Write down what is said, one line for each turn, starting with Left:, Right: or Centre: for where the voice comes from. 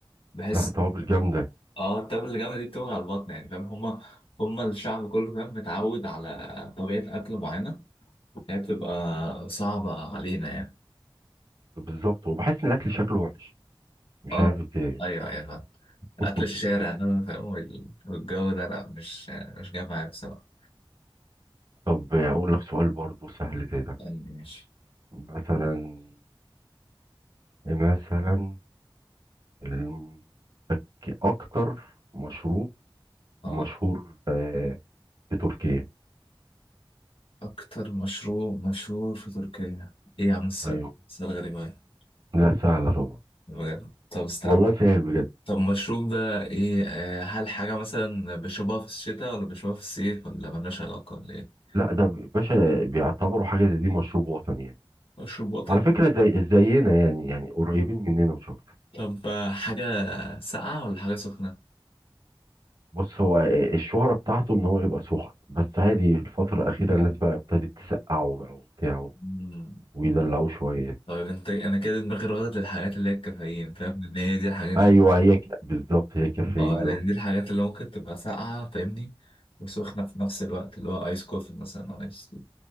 Left: بحس
Right: لا توابل جامده
Left: اه التبة اللي جامدة دي بتبقى على البطن يعني فاهم هما هما الشعب كله فاهم متعود على طبيعة أكل معينة هي بتبقى صعبة علينا يعني
Right: بالظبط وبحس ان الاكل شكله وحش مش
Left: اه
Right: عارف ازاي
Left: أيوه أيوه فاهم أكل
Right: <laughs>
Left: الشارع ده فاهم وال- والجو ده لأ مش مش جاي معايا بصراحة
Right: طب اقول لك سؤال برضو سهل زي ده
Left: يعني ماشي
Right: مثلا مثلا ال- اكتر مشروب
Left: اه
Right: مشهور آه، في تركيا
Left: أكتر مشروب مشهور في تركيا إيه يا عم السؤال؟
Right: ايوه
Left: سؤال غريب أوي
Right: لا سهله طبعا
Left: بجد طب استنى
Right: والله سهل بجد
Left: طب المشروب ده إيه آه، هل حاجة مثلا بيشربوها في الشتاء ولا بيشربوها في الصيف ولا ملهاش علاقة ولا إيه؟
Right: لا ده ب- باشا بيعتبروا حاجه زي دي مشروب وطني يعني
Left: مشروب وطني
Right: على فكره زي زينا يعني يعني قريبين مننا مش اكتر
Left: طب آه، حاجة ساقعة ولا حاجة سخنة؟
Right: بص هو الشهرة بتاعته ان هو يبقى سخن بس عادي الفترة الأخيرة الناس بقى ابتدت تسقعه بقى وبتاع
Left: مم.
Right: ويدلعوه شوية
Left: طيب انت انا كده دماغي راغد للحاجات اللي هي الكافيين فاهم ان هي دي الحاجات
Right: أيوه
Left: اللي...
Right: هي ك... بالظبط هي كافيين
Left: اه لان دي الحاجات اللي ممكن تبقى ساقعة فاهمني وسخنة في نفس الوقت اللي هو ايس كوفي مثلا او ايس تي